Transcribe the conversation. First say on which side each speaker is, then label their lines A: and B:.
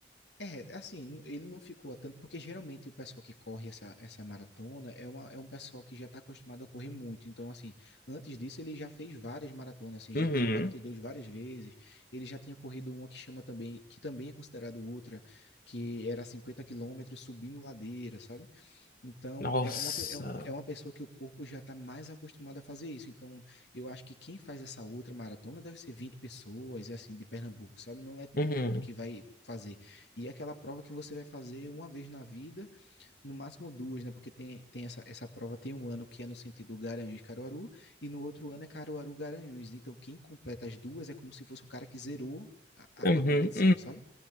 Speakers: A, on the left; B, on the left.
A: É, assim, n- ele não ficou a tanto, porque geralmente o pessoal que corre essa, essa maratona é, uma, é um pessoal que já está acostumado a correr muito. Então, assim, antes disso ele já fez várias maratonas, assim,
B: Uhum.
A: já correu 42 várias vezes. Ele já tinha corrido uma que chama também, que também é considerado ultra, que era 50 quilômetros subindo ladeira, sabe? Então,
B: Nossa.
A: é uma, pe- é um- é uma pessoa que o corpo já está mais acostumado a fazer isso. Então, eu acho que quem faz essa outra maratona deve ser 20 pessoas, assim, de Pernambuco, sabe? Não é todo
B: Uhum.
A: mundo que vai fazer. E é aquela prova que você vai fazer uma vez na vida, no máximo duas, né? Porque tem, tem essa, essa prova, tem um ano que é no sentido Garanhuns-Caruaru, e no outro ano é Caruaru-Garanhuns. Então, quem completa as duas é como se fosse o cara que zerou a,
B: Uhum.
A: a, a competição, sabe?